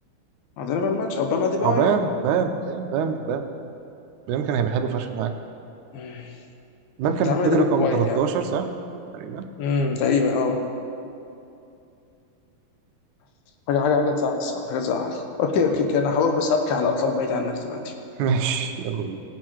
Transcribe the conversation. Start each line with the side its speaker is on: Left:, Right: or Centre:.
Left: ده ماتش اوباما ديبايو
Right: او بام بام يا بام بام بام كان هيبقى حلو فشخ معاكم
Left: مم.
Right: بام كان
Left: يا عم
Right: بيك
Left: ده
Right: رقم
Left: وايت
Right: 13
Left: يا عم
Right: صح تقريبا
Left: امم تقريبا اه حاجه حاجه حاجه تزعل الصراحه حاجه تزعل اوكي
Right: آه.
Left: اوكي اوكي انا هروح بس ابكي على اطلال بعيد عنك دلوقتي
Right: ماشي يلا بينا